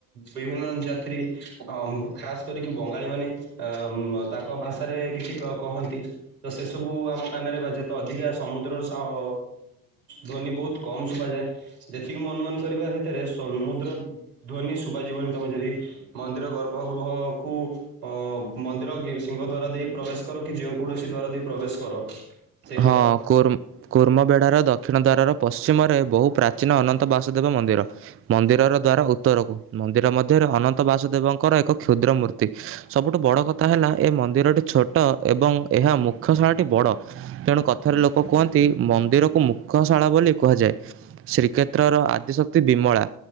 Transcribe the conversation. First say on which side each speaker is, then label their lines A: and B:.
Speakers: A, on the right; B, on the right.
A: ବିଭିନ୍ନ ଯାତ୍ରୀ ଖାସ୍ କରିକି ବଙ୍ଗାଳୀମାନେ ଅଁ ତାଙ୍କ ଭାଷାରେ କିଛି କହନ୍ତି ତ ସେସବୁ ଆମ କାନରେ ବାଯେ ତ ଅଧିକା ସମୁଦ୍ରର ସାଉ ଧ୍ୱନି ବହୁତ କମ୍ ଶୁଭାଯାଏ ଯେତିକି ମୁଁ ଅନୁମାନ କରିବା ଭିତରେ ସମୁଦ୍ର ଧ୍ୱନି ଶୁବାଜୀବନୀ ତୁମେ ଯଦି ମନ୍ଦିର ଗର୍ଭଗୃହକୁ ଅଁ ମନ୍ଦିର କି ସିଂହ ଦ୍ଵାର ଦେଇ ପ୍ରବେଶ କର କି ଯେ କୌଣସି ଦ୍ଵାରା ଦେଇ ପ୍ରବେଶ କର ସେଇ
B: ହଁ
A: ଦ୍ଵାର
B: କୁର୍ମ କୁର୍ମବେେଢାର ଦକ୍ଷିଣ ଦ୍ୱାରର ପଶ୍ଚିମରେ ବହୁ ପ୍ରାଚୀନ ଅନନ୍ତ ବାସୁଦେବ ମନ୍ଦିର ମନ୍ଦିରର ଦ୍ଵାରା ଉତ୍ତରକୁ ମନ୍ଦିର ମଧ୍ୟରେ ଅନନ୍ତ ବାସୁଦେବଙ୍କର ଏକ କ୍ଷୁଦ୍ର ମୂର୍ତ୍ତି ସବୁଠୁ ବଡ଼ କଥା ହେଲା ଏ ମନ୍ଦିରଟି ଛୋଟ ଏବଂ ଏହା ମୁଖ୍ୟଶାଳାଟି ବଡ଼ ତେଣୁ କଥାରେ ଲୋକ କୁହନ୍ତି ମନ୍ଦିରକୁ ମୁଖ ଶାଳା ବୋଲି କୁହାଯାଏ ଶ୍ରୀକ୍ଷେତ୍ରର ଆଦ୍ୟଶକ୍ତି ବିମଳା